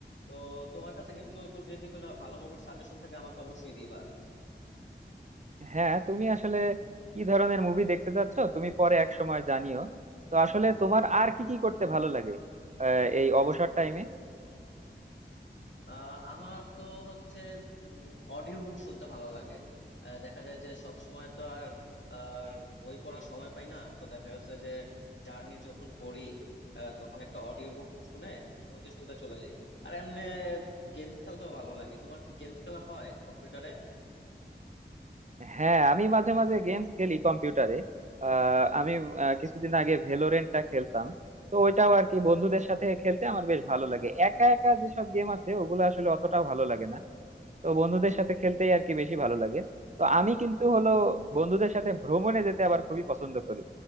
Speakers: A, on the left (about 75°); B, on the right (about 40°).
A: তো তোমার কাছে কিন্তু যদি কোনো ভালো মুভির সাজেশন থাকে আমাকে অবশ্যই দিবা
B: হ্যাঁ তুমি আসলে কি ধরনের মুভি দেখতে চাচ্ছ তুমি পরে এক সময় জানিও তো আসলে তোমার আর কি কি করতে ভালো লাগে আহ, এই অবসর টাইমে
A: আহ আমার তো হচ্ছে অডিও বুক শুনতে ভালো লাগে আহ, দেখা যায় যে সব সময় তো আর আর বই পড়ার সময় পাই না তো দেখা যাচ্ছে যে জার্নি যখন করি আহ, তখন একটা অডিও বুক শুনে শুনতে শুনতে চলে যাই আর এমনি গেমস খেলতেও ভালো লাগে তোমার কি গেমস খেলা হয় কম্পিউটারে
B: হ্যাঁ আমি মাঝে মাঝে গেমস খেলি কম্পিউটারে আহ, আমি আহ, কিছুদিন আগে ভেলোরেন্টটা খেলতাম তো ওইটাও আর কি বন্ধুদের সাথে খেলতে আমার বেশ ভালো লাগে একা একা যেসব গেম আছে ওগুলো আসলে অতটাও ভালো লাগে না তো বন্ধুদের সাথে খেলতেই আর কি বেশি ভালো লাগে তো আমি কিন্তু হলো বন্ধুদের সাথে ভ্রমণে যেতে আবার খুবই পছন্দ করি